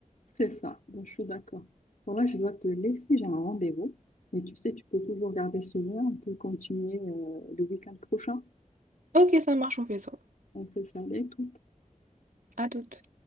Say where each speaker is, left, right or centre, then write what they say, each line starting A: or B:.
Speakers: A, on the left; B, on the right.
A: C'est ça, donc je suis d'accord. Bon là, je dois te laisser, j'ai un rendez-vous. Mais tu sais, tu peux toujours garder ce lien, on peut continuer euh, le week-end prochain.
B: Ok, ça marche, on fait ça.
A: on fait ça avec. ou-
B: À toute.